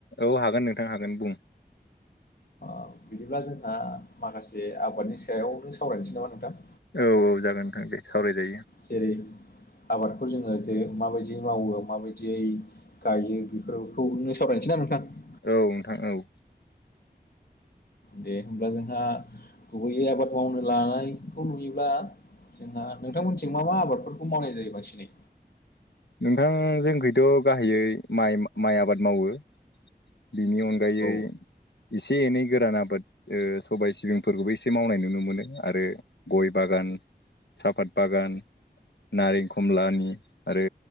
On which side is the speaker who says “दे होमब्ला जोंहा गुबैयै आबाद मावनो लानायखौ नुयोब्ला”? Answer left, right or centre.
Left